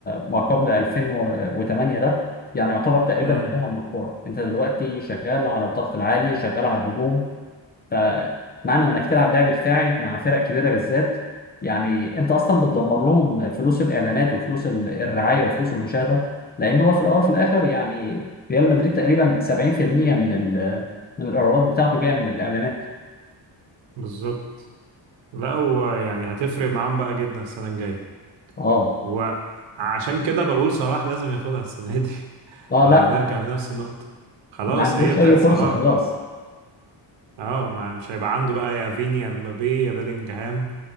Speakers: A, on the left; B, on the right.
A: ما قبل 2008 ده يعني يعتبر تقريبا
B: امم
A: انتهى من الكره انت دلوقتي شغال على الضغط العالي شغال على الهجوم فمعنى انك تلعب لعب دفاعي مع فرق كبيره بالذات يعني انت اصلا بتدمر لهم فلوس الاعلانات وفلوس ال- الرعايه وفلوس المشاهده لان هو في الاول وفي الاخر يعني ريال مدريد تقريبا 70% من ال- من الايرادات بتاعته جايه من الاعلانات
B: بالظبط لا هو يعني هتفرق معاهم بقى جدا السنة الجاية
A: اه
B: وعشان كده بقول صلاح لازم ياخدها السنة دي <laughs>
A: اه
B: لو
A: لا
B: هنرجع لنفس النقطة خلاص
A: ما عندوش
B: هي بتاعت
A: اي فرصه
B: صلاح
A: خلاص
B: اه ما مش هيبقى عنده بقى يا فيني يا مبابي يا بيلينجهام